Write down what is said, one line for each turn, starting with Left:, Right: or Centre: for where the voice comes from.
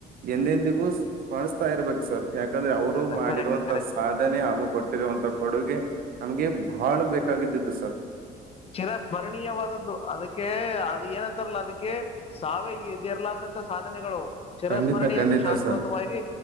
Right: ಎಂದೆಂದಿಗೂ ಮಾಡಿಸತಾ ಇರ್ಬೇಕು ಸರ್ ಯಾಕೆ ಯಾಕಂದ್ರೆ ಅವರು ಮಾಡಿರುವಂತ
Left: ಕರೆಕ್ಟ್ ಕರೆಕ್ಟ್
Right: ಸಾಧ್ಯ ಕೊಟ್ಟಿರುವಂತ ಕೊಡುಗೆ ನಮ್ಗೆ ಬಾಳ ಬೇಕಾಗಿದ್ದು ಸರ್.
Left: ಚಿರ ಸ್ಮರಣೀಯವಾದದ್ದು ಅದಕ್ಕೆ ಅದ ಏನಂತಾರಲ್ಲ ಅದಕ್ಕೆ ಸಾವೇ ಇ ಇರ್ಲಾರ್ದಂತ ಸಾಧನೆಗಳು. ಚಿರಸ್ಮರಣಿ
Right: ಖಂಡಿತ ಖಂಡಿತ
Left: ಅಂದ್ರೆ ಶಾಶ್ವತವಾಗಿ
Right: ಸರ್